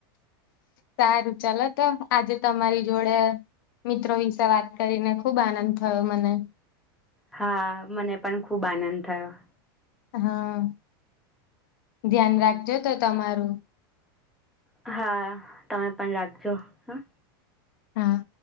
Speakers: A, on the left; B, in the centre.
A: સારું ચાલ તો આજે તમારી જોડે મિત્રો વિશે વાત કરીને ખુબ આનંદ થયો મને.
B: હા મને પણ ખૂબ આનંદ થયો. -
A: હા ધ્યાન રાખજો તો તમારું.
B: હા તમે પણ રાખજો હ
A: હા